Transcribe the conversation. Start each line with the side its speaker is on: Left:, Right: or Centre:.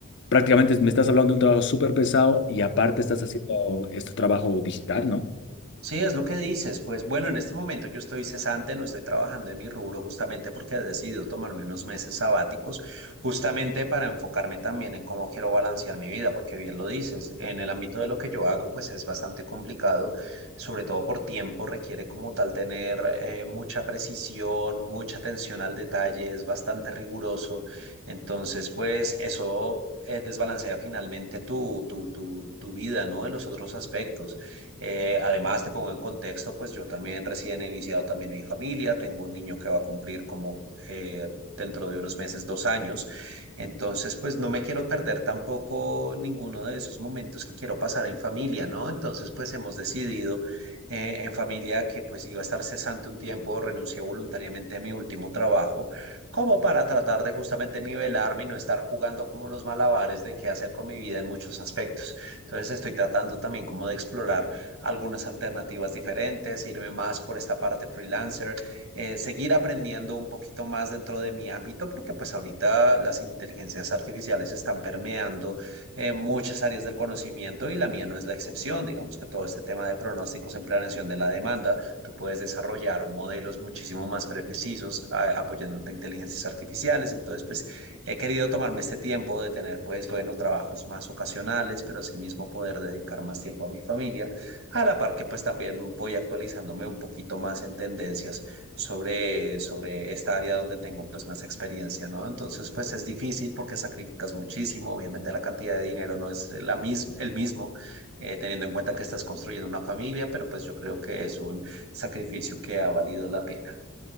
Left: prácticamente me estás hablando de un trabajo súper pesado y aparte
Right: ujú.
Left: estás haciendo este trabajo digital, ¿no?
Right: Sí, es lo que dices. Pues bueno, en este momento yo estoy cesante, no estoy trabajando en mi rubro justamente porque he decidido tomarme unos meses sabáticos, justamente para enfocarme también en cómo quiero balancear mi vida, porque bien lo dices, en el ámbito de lo que yo hago, pues es bastante complicado, sobre todo por tiempo, requiere como tal tener eh, mucha precisión, mucha atención al detalle, es bastante riguroso. Entonces, pues eso... eh, desbalancea finalmente tu, tu, tu, tu vida, ¿no? En los otros aspectos. Eh, además, te pongo en contexto, pues yo también recién he iniciado también mi familia, tengo un niño que va a cumplir como eh, dentro de unos meses, dos años, entonces pues no me quiero perder tampoco ninguno de esos momentos que quiero pasar en familia, ¿no? Entonces pues hemos decidido eh, en familia que pues iba a estar cesante un tiempo, renuncié voluntariamente a mi último trabajo, como para tratar de justamente nivelarme y no estar jugando como los malabares de qué hacer con mi vida en muchos aspectos. Entonces estoy tratando también como de explorar algunas alternativas diferentes, irme más por esta parte freelancer, eh, seguir aprendiendo un poquito más dentro de mi ámbito, porque pues ahorita las inteligencias artificiales están permeando eh, muchas áreas del conocimiento y la mía no es la excepción. Digamos que todo este tema de pronósticos en planeación de la demanda, tú puedes desarrollar modelos muchísimo más precisos a- apoyándote a inteligencias artificiales. Entonces, pues he querido tomarme este tiempo de tener, pues, bueno, trabajos más ocasionales, pero asimismo poder dedicar más tiempo a mi familia a la par que pues también voy actualizándome un poquito más en tendencias sobre, sobre esta área donde tengo pues más experiencia, ¿no? Entonces pues es difícil porque sacrificas muchísimo, obviamente la cantidad de dinero no es la misma, el mismo, eh, teniendo en cuenta que estás construyendo una familia, pero pues yo creo que es un sacrificio que ha valido la pena.